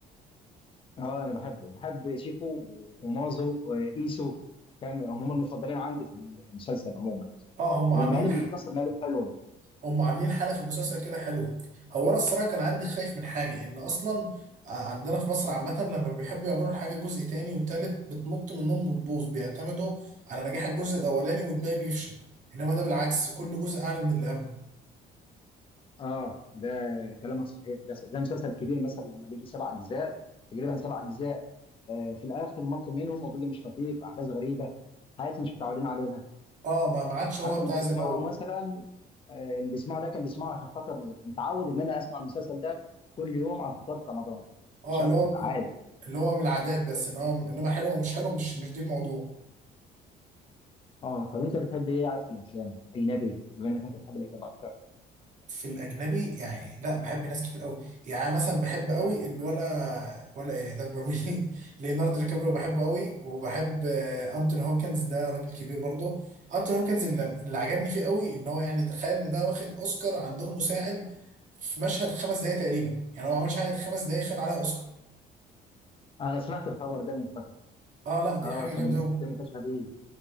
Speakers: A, on the left; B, on the right.
A: اه انا بحبه بحب شيكو و- ومازو وايسو فاهم هم المفضلين عندي في المسلسل عموما
B: اه هم
A: والمقالب
B: عاملين ح...
A: اللي بتحصل مقالب حلوه
B: هم عاملين حاله في المسلسل كده حلوه هو انا الصراحه كان عندي خايف من حاجه ان اصلا آه، عندنا في مصر عامه لما بيحبوا يعملوا الحاجه جزء تاني وتالت بتنط منهم وتبوظ بيعتمدوا على نجاح الجزء الاولاني والباقي بيفشل انما ده بالعكس كل جزء اعلى من اللي قبله
A: اه ده كلامك صحيح ده ده مسلسل كبير مثلا لما بيجي سبع اجزاء تقريبا سبع اجزاء آه في الاخر مط منهم وبيجي مش لطيف احداث غريبه حاجات مش متعودين عليها
B: اه ما ما عادش هو
A: حتى
B: بتاع
A: اللي بيسمعه
B: زي الاول
A: مثلا آه، اللي بيسمعه ده كان بيسمعه عشان خاطر متعود ان انا اسمع المسلسل ده كل يوم على الفطار في رمضان
B: اه
A: مش
B: اللي
A: اكتر
B: هو
A: عادي
B: اللي هو من العادات بس ان هو انما حلو او مش حلو مش مش دي الموضوع
A: اه طب انت بتحب ايه قاعد في الافلام اجنبي بما انك انت بتحب الاجنبي اكتر
B: في الاجنبي يعني لا بحب ناس كتير قوي يعني أنا مثلا بحب قوي الولا ولا ايه ده اكبر مني <laughs> ليوناردو دي كابريو بحبه قوي وبحب آه، انتوني هوكنز ده راجل كبير برضه انتوني هوكنز اللي, اللي عجبني فيه قوي ان هو يعني تخيل ان ده واخد اوسكار عن دور مساعد في مشهد خمس دقايق تقريبا يعني هو ما عملش حاجه غير خمس دقايق خد عليها اوسكار
A: انا سمعت الخبر ده من فتره
B: اه لا دي
A: اه
B: حاجه جامده
A: كان الناس
B: قوي
A: كتير منتشره بيه